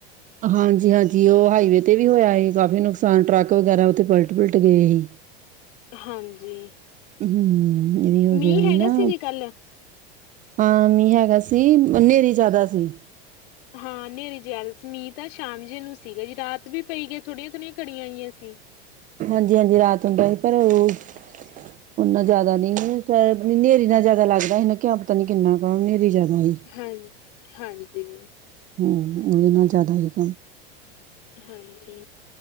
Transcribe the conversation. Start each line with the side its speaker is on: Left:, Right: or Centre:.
Right: ਹਾਂਜੀ-ਹਾਂਜੀ ਉਹ ਹਾਈਵੇ ਵੀ ਹੋਇਆ ਸੀ ਕਾਫੀ ਨੁਕਸਾਨ ਟਰੱਕ ਵਗੈਰਾ ਉੱਥੇ ਪਲਟ ਪਲਟ ਗਏ ਸੀ।
Left: ਹਾਂਜੀ
Right: ਹੂੰ, ਇਹ ਵੀ ਹੋ
Left: ਮੀਂਹ
Right: ਗਿਆ
Left: ਹੈਗਾ
Right: ਨਾ
Left: ਸੀ ਜੀ ਕੱਲ
Right: ਹਾਂ ਮੀਹ ਹੈਗਾ ਸ ਸੀ ਹਨੇਰੀ ਜ਼ਿਆਦਾ ਸੀ।
Left: ਹਾਂ ਹਨੇਰੇ ਜੈਲ ਸਮੀਤ ਆ ਸ਼ਾਮ ਜੇ ਨੂੰ ਸੀਗਾ ਜੀ ਰਾਤ ਵੀ ਪਈ ਗਈ। ਥੋੜੀਆਂ ਥੋੜੀਆਂ ਕੜੀਆਂ ਆਈਆਂ ਸੀ।
Right: ਹਾਂਜੀ-ਹਾਂਜੀ ਰਾਤ ਹੁੰਦਾ ਸੀ ਪਰ ਉਹ ਨਾ ਜਿਆਦਾ ਨਹੀਂ ਹਨੇਰੀ ਨਾਲ ਜਿਆਦਾ ਲੱਗਦਾ ਸੀ ਨਾ ਕਿਆ ਪਤਾ ਨੀ ਕਿੰਨਾ ਕਾ ਹਨੇਰੀ ਜ਼ਿਆਦਾ ਸੀ।
Left: ਹਾਂ ਹਾਂਜੀ, ਜੀ,
Right: ਉਹਦੇ ਨਾਲ ਜ਼ਿਆਦਾ ਹੀ ਕੰਮ
Left: ਹਾਂਜੀ,